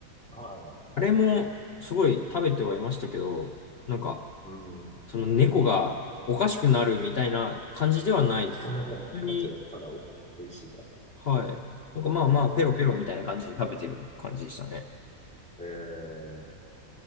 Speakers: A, in the centre; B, on the left.
A: はい。
B: あれもすごい食べてはいましたけど、なんか、
A: うん。
B: その猫がおかしくなるみたいな感じではないです。
A: <laughs>
B: 普通に、
A: 価値は、ただお、美味しいから。
B: はい。なんかまあまあ、
A: うん。
B: ペロペロみたいな感じで食べてる感じでしたね。
A: ええう